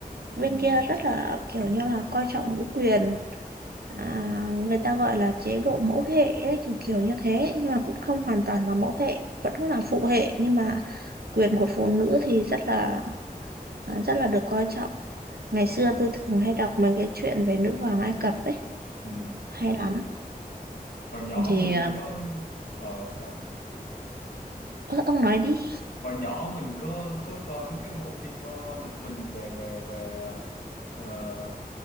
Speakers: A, on the right; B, on the left.
A: bên
B: ừ,
A: kia rất là kiểu như là coi trọng nữ quyền à,
B: ừ,
A: người ta gọi là chế độ mẫu hệ ấy, kiểu kiểu như thế nhưng mà cũng không hoàn toàn là mẫu hệ vẫn là phụ hệ nhưng mà quyền của phụ nữ thì rất là rất là được coi trọng ngày xưa
B: ừ,
A: tôi thường hay đọc mấy cái chuyện về nữ hoàng Ai Cập ấy
B: ừ.
A: hay lắm
B: hồi nhỏ
A: thì
B: mình cũng có ờ sao
A: ơ, ông nói đi
B: hồi nhỏ mình có có coi mấy cái bộ phim ờ, hoạt hình về về về ờ,